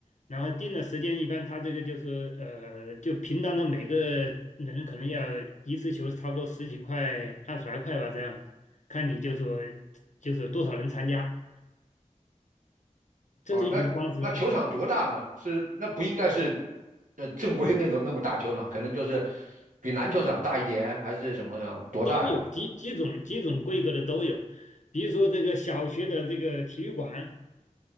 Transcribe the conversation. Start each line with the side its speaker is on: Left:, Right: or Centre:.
Left: 然后定的时间一般他这个就是呃，就平常的每个人可能要一次球差不多十几块、二十来块吧这样子，看你就说就是多少人参加，这是一种方式啊，
Right: 哦，那那球场多大呢？是那不应该是呃正规那种那么大球场，可能就是比篮球场大一点，还是什么呢？多大呀？
Left: 都有几几种几种规格的都有，比如说这个小学的这个体育馆。